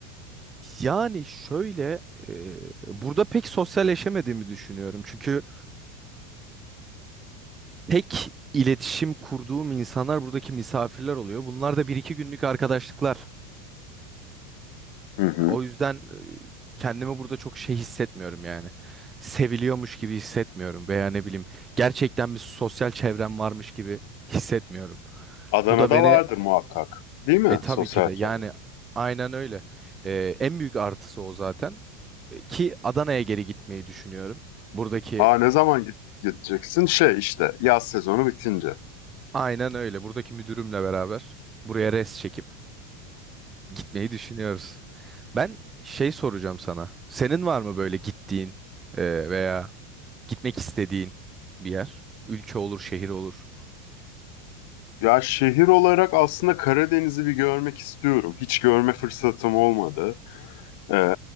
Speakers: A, on the right; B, on the left.
A: Yani şöyle e, burada pek sosyalleşemediğimi düşünüyorum. Çünkü pek iletişim kurduğum insanlar buradaki misafirler oluyor. Bunlar da bir iki günlük arkadaşlıklar.
B: Hı hı.
A: O yüzden e, kendimi burada çok şey hissetmiyorum yani. Seviliyormuş gibi hissetmiyorum veya ne bileyim gerçekten bir sosyal çevrem varmış gibi hissetmiyorum.
B: Adana'da
A: Bu da beni
B: vardır muhakkak. Değil mi?
A: E tabii
B: Sosyal
A: ki de yani
B: çevre.
A: aynen öyle. E, en büyük artısı o zaten. E, Ki Adana'ya geri gitmeyi düşünüyorum. Buradaki
B: Aa ne zaman git- gideceksin? Şey işte yaz sezonu bitince.
A: aynen öyle. Buradaki müdürümle beraber buraya res çekip gitmeyi düşünüyoruz. Ben şey soracağım sana. Senin var mı böyle gittiğin e, veya gitmek istediğin bir yer? Ülke olur, şehir olur.
B: Ya şehir olarak aslında Karadeniz'i bir görmek istiyorum. Hiç görme fırsatım olmadı. Ee,